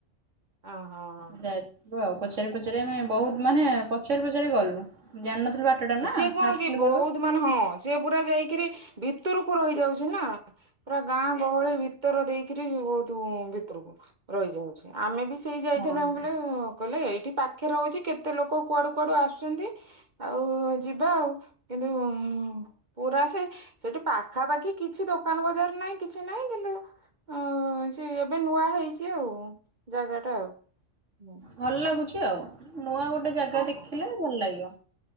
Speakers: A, on the right; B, on the right.
A: ଓହୋ।
B: ଯାଇଥିଲୁ ଆଉ। ପଚାରି ପଚାରି ଆମେ, ବୋହୁତ୍ ମାନେ ପଚାରି ପଚାରି ଗଲୁ। ଜାଣିିନଥିଲୁ ବା
A: ସିଏ କଣ କି ବହୁତ
B: <unintelligible>
A: ମାନେ ହଁ ସେ ପୁରା ଯାଇକିରି ଭିତରକୁ ରହିଯାଉଛି ନା। ପୁରା ଗାଁ ଗହଳି ଭିତର ଦେଇକିରି, ଯିବୁ ତୁ ଭିତୁରୁକୁ। ରହିଯାଉଛି ଆମେ ବି ସେଇ ଯାଇଥିଲୁ
B: ହଁ।
A: ଆମକୁ କହିଲେ କହିଲେ ଏଇଠି ପାଖରେ ରହୁଛି କେତେ ଲୋକ କୁଆଡୁ କୁଆଡୁ ଆସୁଛନ୍ତି। ଆଉ ଯିବା ଆଉ କିନ୍ତୁ ଉଁ ପୁରା ସେ ସେଠି ପାଖାପାଖି କିଛି ଦୋକାନ ବଜାର ନାହିଁ, କିଛି ନାହିଁ। କିନ୍ତୁ ହ ସେ ଏବେ ନୂଆ ହେଇଛି ଆଉ। ଜାଗାଟା ଆଉ।
B: ଭଲ ଲାଗୁଛି ଆଉ। ନୂଆ ଗୋଟେ ଜାଗା ଦେଖିଲେ
A: ହଁ।
B: ଭଲ ଲାଗିବ।